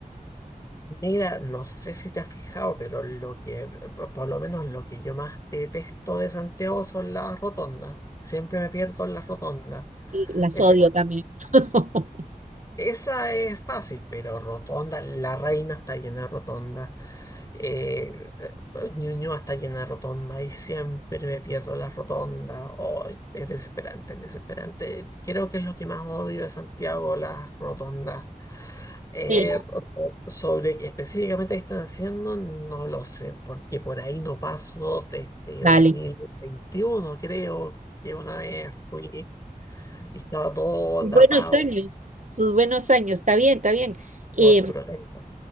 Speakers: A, on the left; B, on the right.
A: Mira, no sé si te has fijado, pero lo que, por lo menos lo que yo más detesto de Santiago son las rotondas. Siempre me pierdo en las rotondas.
B: Y Las
A: Ese-
B: odio también. <laughs>
A: esa es fácil, pero rotonda, la reina está llena de rotondas. Eh, Ñuñoa está llena de rotondas y siempre me pierdo las rotondas. Ay, es desesperante, es desesperante. Creo que es lo que más odio de Santiago, las rotondas. Eh,
B: Sí,
A: so- sobre qué específicamente qué están haciendo, no lo sé, porque por ahí no paso desde
B: dale.
A: 2021, creo que una vez fui y estaba todo
B: Sus
A: tapado
B: buenos años. Sus buenos años. Está bien, está bien. Em,
A: por protesta.